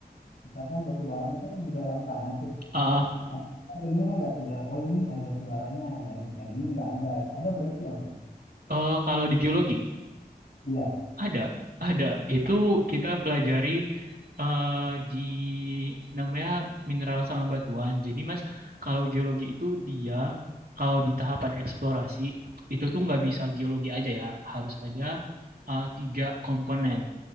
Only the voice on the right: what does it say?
Ah,
eh, kalau di geologi
ada, ada. Itu kita pelajari eh, di namanya mineral sama batuan. Jadi Mas, kalau geologi itu dia kalau di tahapan eksplorasi itu tuh nggak bisa geologi aja ya, harus ada eh, tiga komponen.